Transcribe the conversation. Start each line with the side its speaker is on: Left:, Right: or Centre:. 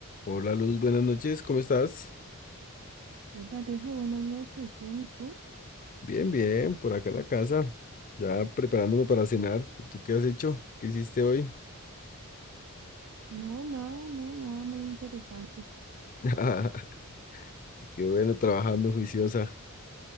Left: Hola Luz, buenas noches, ¿cómo estás?
Right: Hola Alejo, buenas noches. Bien, ¿y tú?
Left: Bien, bien, por acá en la casa, ya preparándome para cenar. ¿Y tú qué has hecho? ¿Qué hiciste hoy?
Right: No, nada, no, nada muy interesante.
Left: <laughs> Qué bueno, trabajando juiciosa.